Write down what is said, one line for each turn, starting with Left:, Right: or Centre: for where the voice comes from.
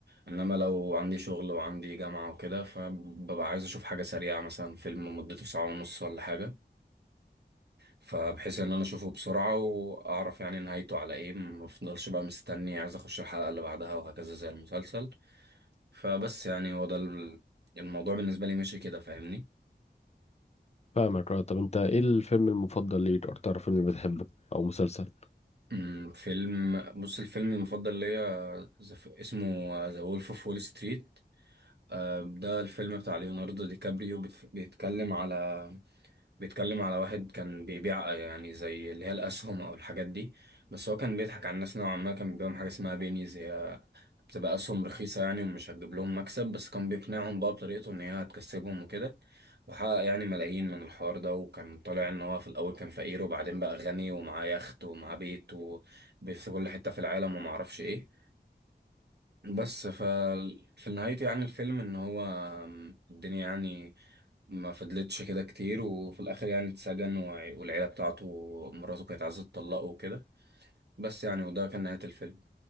Right: انما لو عندي شغل وعندي جامعة وكده فببقى عايز اشوف حاجة سريعة مثلا فيلم مدته ساعة ونص ولا حاجة فبحيث ان انا اشوفه بسرعة واعرف يعني نهايته على ايه ما افضلش بقى مستني عايز اخش الحلقة اللي بعدها وهكذا زي المسلسل فبس يعني هو ده ال- الموضوع بالنسبة لي ماشي كده فاهمني
Left: فاهمك اه طب انت ايه الفيلم المفضل ليك اكتر فيلم بتحبه او مسلسل
Right: أمم، فيلم بص الفيلم المفضل ليا ز- اسمه ذا وولف اوف وول ستريت آه، ده الفيلم بتاع ليوناردو دي كابريو بيت- بيتكلم على بيتكلم على واحد كان بيبيع يعني زي اللي هي الأسهم أو الحاجات دي بس هو كان بيضحك على الناس نوعا ما كان بيبيعهم حاجة اسمها بينيز هي بتبقى أسهم رخيصة يعني ومش هتجيب لهم مكسب بس كان بيقنعهم بقى بطريقته إن هي هتكسبهم وكده وحقق يعني ملايين من الحوار ده وكان طالع إن هو في الأول كان فقير وبعدين بقى غني ومعاه يخت ومعاه بيت وبيت في كل حتة في العالم ومعرفش إيه بس ف في نهايته يعني الفيلم إن هو الدنيا يعني ما فضلتش كده كتير وفي الآخر يعني اتسجن وع- والعيلة بتاعته مراته كانت عايزة تطلقه وكده بس يعني وده كان نهاية الفيلم